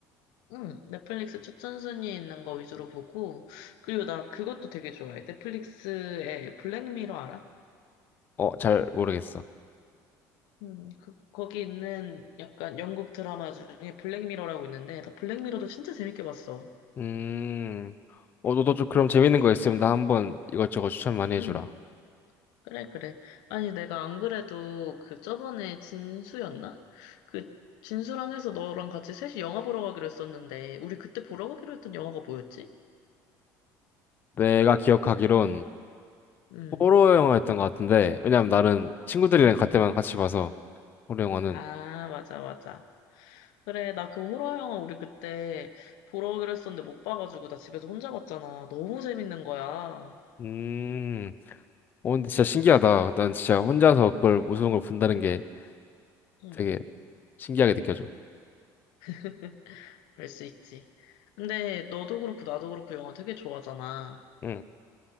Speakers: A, on the left (about 75°); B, on the left (about 25°).
A: 응, 넷플릭스 추천 순위 있는 거 위주로 보고, 그리고 나 그것도 되게 좋아해. 넷플릭스에 블랙미러 알아?
B: 어, 잘 모르겠어.
A: 음, 그, 거기 있는 약간 영국 드라마 중에 블랙미러라고 있는데, 나 블랙미러도 진짜 재밌게 봤어.
B: 음, 어, 너도 좀 그럼 재밌는 거 있으면 나 한번 이것저것 추천 많이 해주라.
A: 응, 그래, 그래. 아니, 내가 안 그래도 그 저번에 진수였나? 그 진수랑 해서 너랑 같이 셋이 영화 보러 가기로 했었는데, 우리 그때 보러 가기로 했던 영화가 뭐였지?
B: 내가 기억하기론
A: 응,
B: 호러 영화였던 것 같은데, 왜냐면 나는 친구들이랑
A: 응,
B: 갈
A: 응.
B: 때만 같이 봐서, 호러 영화는.
A: 아, 맞아, 맞아. 그래, 나 그 호러 영화 우리 그때 보러 오기로 했었는데 못 봐가지고 나 집에서 혼자 봤잖아. 너무 재밌는 거야.
B: 음, 어, 근데 진짜 신기하다. 난 진짜 혼자서 그걸
A: 응,
B: 무서운 걸 본다는 게
A: 응,
B: 되게
A: 응.
B: 신기하게 느껴져.
A: <laughs> 그럴 수 있지. 근데 너도 그렇고 나도 그렇고 영화 되게 좋아하잖아.
B: 응.